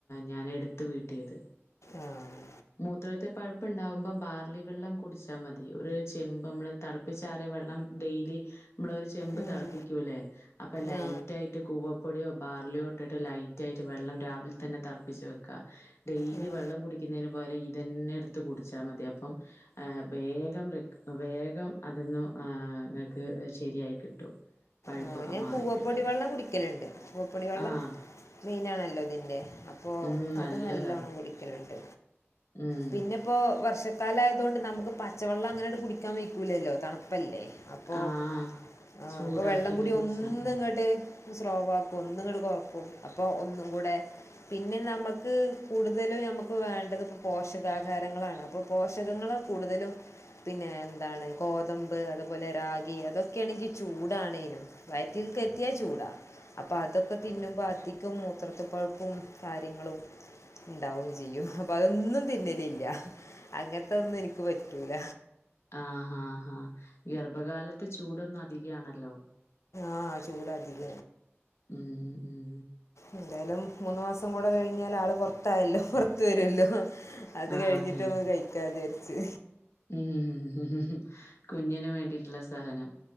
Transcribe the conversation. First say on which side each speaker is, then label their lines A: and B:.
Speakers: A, on the left; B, on the left.
A: ഞാൻ എടുത്ത് വീട്ടിയത്
B: ആഹ്
A: മൂത്രത്തി പഴുപ്പുണ്ടാവുമ്പോ ബാ ലി വെള്ളം കുടിച്ച മതി ഒരു ചെമ്പ് മ്മള് തിളപ്പിച്ചാറിയ വെള്ളം ഡെയിലി മ്മളൊരു ച് ചെമ്പ്
B: ഉം,
A: തളപ്പിക്കൂല്ലേ അപ്പൊ ലൈറ്റായി
B: ആ
A: ഇട്ട് കൂവപ്പൊടിയോ ബാർലിയോ ഇട്ടിട്ട് ലൈറ്റ് ആയിട്ട് വെള്ളം രാവിലെ തന്നെ തളപ്പിച്ച് വെക്ക ഡെയിലി
B: ഉം,
A: വെള്ളം കുടിക്കുന്നതിന് പകരം ഇതെന്നെ എടുത്ത് കുടിച്ചാ മതി അപ്പം ആഹ് വേഗം റിക്ക വേഗം അതൊന്ന് ആഹ് നിങ്ങക്ക് ശരിയായി കിട്ടും <inaudible>
B: ആഹ് ഞാൻ
A: മാറിക്കിട്ടും.
B: കൂവപ്പൊടി വെള്ളം കുടിക്കലുണ്ട് കൂവപ്പൊടി വള്ളം
A: ആഹ്
B: മെയിനാണല്ലോ ഇതിൻ്റെ അപ്പോ
A: ഉം നല്ലതാ.
B: അത് നല്ലോണം കുടിക്കലുണ്ട്
A: ഉം
B: പിന്നെ ഇപ്പോ വർഷക്കാല ആയ- തുകൊണ്ട് നമുക്ക് പച്ചവെള്ളം- അങ്ങനെട് കുടിക്കാൻ വെയ്ക്കൂലല്ലോ, തണുപ്പല്ലേ? അപ്പോ
A: ആഹ്
B: ആഹാ
A: ചൂടാക്കിയിട്ട്
B: അപ്പോ വെള്ളംകുടി
A: കുടിച്ചാ
B: ഒന്ന്
A: മതി.
B: ഇങ്ങട്ട്- സ്രോവാക്കും, ഒന്നുങ്ങട് കുറക്കും, അപ്പോ ഒന്നുംകുടെ- പിന്നെ നമുക്ക് കൂടുതല് നമുക്ക് വേണ്ടത്- പോഷകാഹാരങ്ങളാണ് അപ്പോൾ പോഷകങ്ങൾ കൂടുതലും പിന്നെ എന്താണ്? ഗോതമ്പു, അതുപോലെ രാഗി, അതൊക്കെയാണെങ്കിൽ ചൂടാണേ? വയറ്റിൽക്കെത്തിയ ചൂടാ. അപ്പോ അതൊക്കെ തിന്നുമ്പോ- അധികം മൂത്രത്തി പഴുപ്പും കാര്യങ്ങളും. ഉണ്ടാവും ചെയ്യും അപ്പോ അത്- ഒന്നും തിന്നലില്ല അങ്ങൻത്തെന്നും എനിക്ക് പറ്റൂല.
A: ആഹാ ആഹാ ആഹാ ഗർഭകാലത്ത്- ചൂടൊന്നുധികാണല്ലോ.
B: ആഹാ ചൂടാതിക.
A: ഉം ഉ ഉം..
B: ന്തായാലും മൂന്ന് മാസം കൂടെ- കഴിഞ്ഞാൽ ആള് പൊർത്തായല്ലോ. പ്പ വരുല്ലോ അത്
A: ആ
B: കഴിഞ്ഞിട്ട്-
A: അതന്നെ.
B: കഴിക്കാ വിചാരിച്.
A: ഉം ഉം കുഞ്ഞിന് വേണ്ടിയിട്ട്ള്ള സ്ഥലല്ലേ.